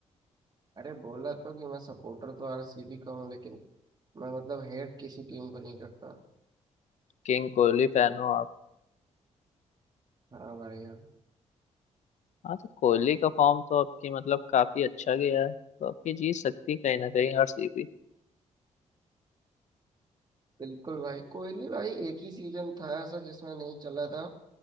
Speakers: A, on the right; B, on the left.
A: अरे बोला तो कि मैं सपोर्टर तो आरसीबी का हूँ लेकिन मैं मतलब हेट किसी टीम को नहीं करता
B: किंग कोहली फैन हो आप
A: हाँ भाई हाँ
B: हाँ तो कोहली का फॉर्म तो आपकी मतलब काफी अच्छा गया है तो आपकी जीत सकती है कहीं ना कहीं आरसीबी
A: बिल्कुल भाई कोहली भाई एक ही सीजन था ऐसा जिसमें नहीं चला था